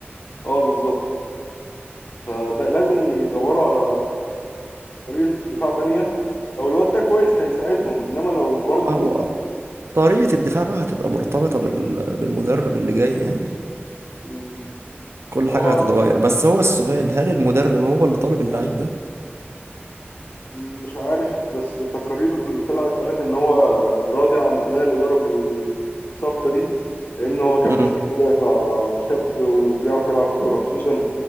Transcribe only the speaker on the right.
هو طريقه الدفاع بقى هتبقى مرتبطه بال... بالمدرب اللي جاي يعني
كل
حاجه هتتغير بس هو السؤال هل المدرب هو اللي طالب اللعيب ده
امم